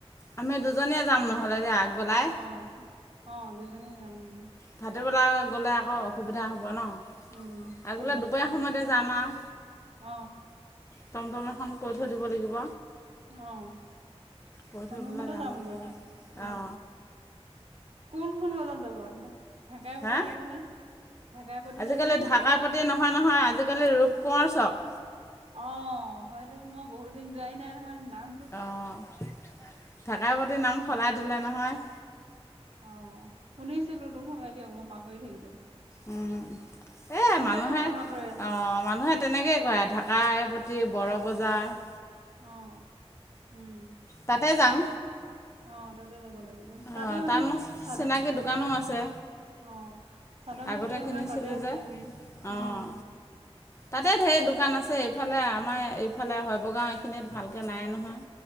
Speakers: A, on the left (about 25°); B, on the right (about 70°).
A: আমি দুজনীয়ে যাম নহ'লে দেই আগবেলাই।
B: অ অ দুইজনী যাম উম।
A: ভাটবেলা গ'লে আকৌ অসুবিধা হ'ব ন
B: উম,
A: আগবেলা
B: উম,
A: দুপৰীয়া সময়তে যাম আও।
B: অ'।
A: টমটম এখন কৈ থৈ দিব লাগিব।
B: অ',
A: কৈ
B: টমটমতে
A: থৈ পেলাই যাম
B: যামগৈ আৰু উম,
A: অ।
B: কোনখন বজাৰত যাব ঢা ঢেকাৰা
A: হা
B: পতিত যাবনে? ঢাকাই পতি
A: আজিকালি
B: যাবনে?
A: ঢাকাৰ প্ৰতি নহয় নহয়, আজিকালি ৰূপ কোঁৱৰ চব।
B: অ', হয়তো মই বহুত দিন যোৱাই নাই নহয়, নাম
A: অ', থাকাই প্ৰতি নাম সলাই দিলে নহয়।
B: অ', শুনিছিলোঁটো হয় দিয়ক, মই পাহৰি থাকিলোঁ।
A: উম, এ মানুহে
B: মানে মনত ৰৈ আছে
A: অ', মানুহে তেনেকৈয়ে কয় ঢাকাই প্ৰতি বৰ বজাৰ।
B: অ', উম।
A: তাতে যাম।
B: অ', তাতে যাব লাগিব,
A: অঁ
B: তাতে মানে
A: তাত মোৰ
B: চাদ
A: চিনাকি দোকানো আছে
B: অ', চাদৰ
A: আগতে
B: মেখেলা
A: কিনিছিলোঁ
B: দোকান তাতেই আছে,
A: যে
B: উম
A: অঁ
B: উম।
A: তাতে ঢেৰ দোকান আছে, এইফালে আমাৰ এইফালে শৈবগাঁও এইখিনিত ভালকে নাই নহয়।